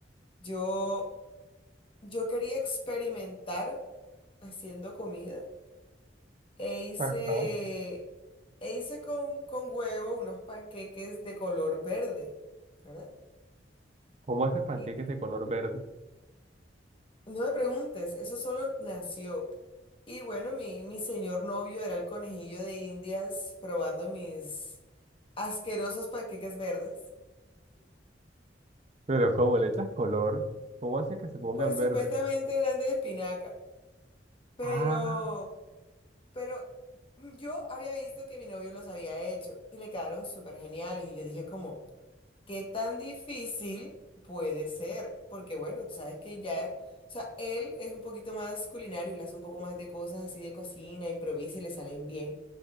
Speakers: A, on the left; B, on the right.
A: yo, yo quería experimentar haciendo comida e hice,
B: Ajá.
A: e hice con, con huevo unos panqueques de color verde, ¿verdad?
B: ¿Cómo haces panqueques
A: Y
B: de color verde?
A: No me preguntes, eso solo nació. Y bueno, mi, mi señor novio era el conejillo de Indias probando mis asquerosos panqueques verdes.
B: Pero ¿cómo le echas color? ¿Cómo haces que se pongan
A: Pues supuestamente
B: verdes?
A: eran de espinaca, pero,
B: Ah,
A: pero yo había visto que mi novio los había hecho y le quedaron súper geniales. Y yo dije como, ¿Qué tan difícil puede ser? Porque bueno, tú sabes que ya, o sea, él es un poquito más culinario, le hace un poco más de cosas así de cocina, improvisa y le salen bien.